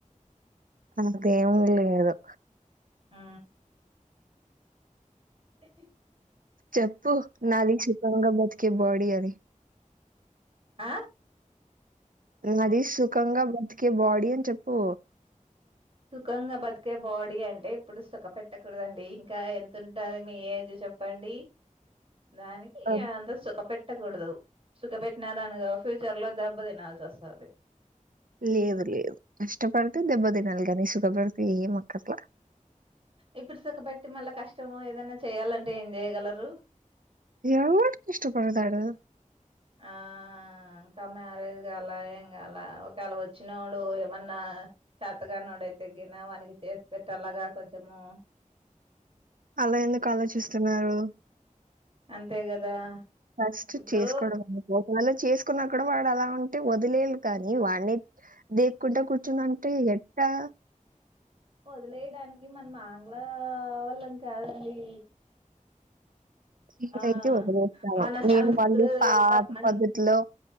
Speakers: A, on the right; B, on the right.
A: అంతేం లేదు
B: ఆ హా <inaudible>
A: చెప్పు నాది సుకంగా బతికే బాడి అనీ
B: ఆ
A: నాది సుఖంగా బతికే బాడీ అని చెప్పు
B: సుఖంగా బతికే బాడీ అంటే ఇప్పుడు సుఖ పెట్టకూడదండి ఇంకా ఎంతుంటాది మీ ఏజ్ చెప్ ప్పండి దాని ఇ
A: ఆ
B: అంతా సుఖ పెట్టకూడదు సుఖ పెట్టినార్ అనుకో ఫ్యూచర్ లో దెబ్బ తినాల్సొస్తది
A: లేదు లేదు కష్టపడితే దెబ్బ తినాలి కానీ సుఖపడితే ఏమ్ ఆకర్ల
B: ఇప్పుడు సుఖపెట్టి మళ్ళా కష్టము ఏదనా చేయ్యాలంటే ఏం చేయగలరు
A: ఎవ్డు కష్టపడతాడు
B: ఆ ఆ ఇంకా మ్యారేజ్ కాల ఏం కాల ఒకేళ వచ్చినోడు ఏమన్నా చతకానోడైతే గిన వాడికి చేసి పెట్టలగా కొంచము
A: అలా ఎందుకు ఆలోచిస్తున్నారు
B: అంతే కదా
A: ఫస్ట్
B: ఇప్పుడు
A: చేసుకోడను ఒకవేళ చేసుకున్న కూడా వాడు అలా ఉంటే వదిలేయాలి కానీ వానే దేక్కుంట కూర్చనన్టే ఎట్టా
B: వదిలేయడానికి మనం ఆంగ్లా వల్లం కాదండి
A: శ్రీజైన్జ్
B: ఆ
A: వదిలేస్తాను
B: మన
A: నేను
B: సంస్కృత
A: వాళ్లు పాత
B: మన
A: పద్ తిలో